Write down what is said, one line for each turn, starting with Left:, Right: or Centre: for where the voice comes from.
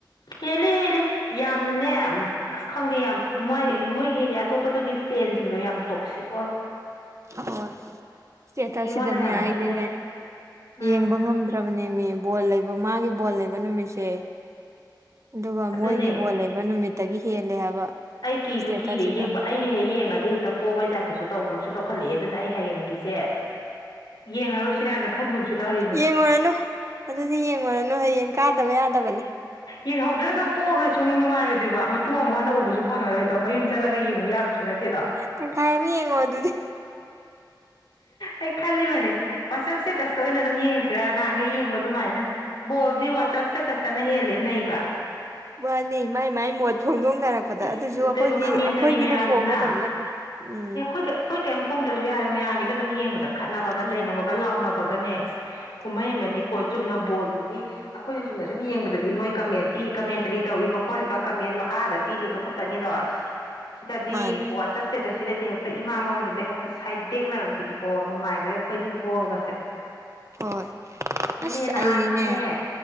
Left: ꯍꯦꯜꯂꯤ ꯍꯦꯜꯂꯤ ꯌꯥꯝꯅꯅꯦ ꯑꯁ ꯈꯪꯗꯦ ꯌꯥꯝ ꯃꯣꯏ ꯃꯣꯏꯒꯤꯅꯦ ꯑꯇꯣꯞꯄꯗꯨꯒꯤ ꯐꯦꯟꯁꯤꯡꯗꯣ ꯌꯥꯝ ꯇꯣꯛꯁꯤꯛ ꯑꯣꯏ
Right: ꯍꯣꯏ ꯁꯦꯇꯔꯁꯤꯗꯅꯦ
Left: ꯃꯤꯉꯣꯟꯗ ꯌꯥꯝꯅ
Right: ꯑꯩꯗꯤꯅꯦ
Left: ꯁꯤꯊꯩ ꯎꯝ
Right: ꯌꯦꯡꯕ ꯉꯝꯗ꯭ꯔꯕꯅꯦ ꯃꯤ ꯕꯣꯜ ꯂꯩꯕ ꯃꯥꯒꯤ ꯕꯣꯜ ꯂꯩꯕ ꯅꯨꯃꯤꯠꯁꯦ ꯑꯗꯨꯒ
Left: ꯑꯗꯨꯅꯦ
Right: ꯃꯣꯏꯒꯤ ꯕꯣꯜ ꯂꯩꯕ ꯅꯨꯃꯤꯠꯇꯒꯤ ꯍꯦꯜꯂꯦ ꯍꯥꯏꯕ
Left: ꯑꯩ ꯀꯤꯁꯨ
Right: ꯏꯁꯇꯦꯇꯁꯁꯤꯗ
Left: ꯀꯤꯔꯦ ꯌꯦꯡꯕ ꯑꯩꯅ ꯍꯦꯛ ꯌꯦꯡꯉꯗꯤ ꯍꯦꯛꯇ ꯄꯣꯕꯩ ꯇꯥꯛꯞꯇꯁꯨ ꯇꯧꯕꯁꯨ ꯇꯧꯈꯠꯂꯛꯑꯦ ꯑꯗꯨꯅ ꯑꯩ ꯍꯌꯦꯡꯒꯤꯁꯦ ꯌꯦꯡꯉꯔꯨꯁꯤꯔꯥꯅ ꯈꯟꯒꯨꯝꯁꯨ ꯇꯧꯔꯤꯕꯅꯤ
Right: ꯌꯦꯡꯉꯨꯔꯅꯨ ꯑꯗꯨꯗꯤ ꯌꯦꯡꯉꯨꯔꯅꯨ ꯍꯌꯦꯡ ꯀꯥꯗꯕ ꯌꯥꯗꯕꯅꯤ
Left: ꯌꯦꯡꯍꯧꯗ꯭ꯔꯒ ꯄꯣꯛꯈ꯭ꯔꯁꯨ ꯑꯃꯨꯛ ꯅꯨꯡꯉꯥꯏꯔꯣꯏꯗ ꯑꯗꯨꯕ ꯃꯇꯨꯡ ꯑꯃꯨꯛ ꯍꯟꯅ ꯎꯕꯁꯨ ꯐꯪꯉꯔꯣꯏꯗꯣ ꯃꯌꯨꯝ ꯆꯠꯂꯒ ꯌꯦꯡꯉꯨ ꯌꯥꯕꯁꯨ ꯅꯠꯇꯦꯗꯣ
Right: ꯇꯪꯈꯥꯏ ꯑꯃ ꯌꯦꯡꯉꯣ ꯑꯗꯨꯗꯤ
Left: ꯑꯩ ꯈꯂꯤ ꯃꯅꯦꯅꯦ ꯋꯥꯆꯞ ꯁ꯭ꯇꯦꯇꯁꯇ ꯑꯣꯏꯅ ꯑꯗꯨꯝ ꯌꯦꯡꯉꯁꯤꯔꯒ ꯅꯍꯥꯟꯒ ꯌꯦꯡꯕ ꯑꯗꯨꯃꯅ ꯕꯜꯗꯤ ꯋꯥꯠꯆꯑꯞ ꯏꯁ꯭ꯇꯦꯇꯁ ꯠꯇꯅ ꯍꯦꯜꯂꯦ ꯅꯩꯕ
Right: ꯃꯥꯅꯤ ꯃꯥꯏ ꯃꯥꯏ ꯃꯣꯠ ꯐꯣꯡꯗꯣꯡꯅꯔꯛꯄꯗ
Left: ꯏꯁ
Right: ꯑꯗꯨꯁꯨ
Left: ꯑꯗꯨꯒ
Right: ꯑꯩꯈꯣꯏꯒꯤ
Left: ꯀꯃꯦꯟꯇꯔꯤ
Right: ꯑꯩꯈꯣꯏꯒꯤꯅ
Left: ꯃꯌꯥꯝꯁꯤꯅ
Right: ꯐꯣꯡꯒꯗꯕ ꯅꯠꯇꯦ ꯎꯝ
Left: ꯑꯦ ꯑꯩꯈꯣꯏ ꯑꯩꯈꯣꯏ ꯀꯔꯤꯝ ꯐꯣꯡꯗ꯭ꯔꯁꯨ ꯌꯥꯔꯦ ꯃꯌꯥꯝꯒꯤꯗ ꯑꯗꯨꯝ ꯌꯦꯡꯕꯗ ꯈꯠꯅꯕꯒ
Right: ꯎꯝ
Left: ꯆꯩꯅꯕꯒ ꯂꯥꯎꯅꯕꯒꯅꯦ ꯀꯨꯝꯍꯩ ꯑꯃꯅꯤ ꯀꯣ ꯆꯨꯝꯅ ꯕꯣꯜꯗꯨꯗꯤ ꯑꯩꯈꯣꯏꯅ ꯁꯨꯝꯅ ꯁꯨꯝ ꯌꯦꯡꯕꯗ ꯑꯗꯨꯗꯒꯤ ꯃꯣꯏ ꯀꯃꯦꯟ ꯄꯤ ꯀꯃꯦꯟꯇꯔꯤ ꯇꯧꯔꯤꯕ ꯈꯣꯠꯂꯤꯕ ꯀꯃꯦꯟ ꯃꯈꯥꯗ ꯄꯤꯔꯤꯗꯣ ꯈꯛꯇꯅꯤꯗꯣ ꯑꯁ ꯁꯤꯗꯗꯤ
Right: ꯃꯥꯅꯦ
Left: ꯋꯥꯆꯞ ꯁꯇꯦꯇꯁꯁꯤꯗꯗꯤ ꯍꯦꯛꯇ ꯏꯃꯥ ꯂꯣꯟꯁꯤꯗ ꯍꯦꯛꯇ ꯁꯥꯏꯠ ꯇꯦꯛꯅꯔꯛꯈꯤꯅꯤꯀꯣ ꯅꯨꯡꯉꯥꯏꯈ꯭ꯔꯦ ꯑꯩꯈꯣꯏꯗꯤ ꯕꯣꯔꯒꯁꯦ
Right: ꯍꯣꯏ
Left: ꯑꯗꯨꯅꯦꯅ
Right: ꯑꯁ
Left: ꯍꯥꯔꯈꯤꯅꯦ
Right: ꯑꯩꯗꯤꯅꯦ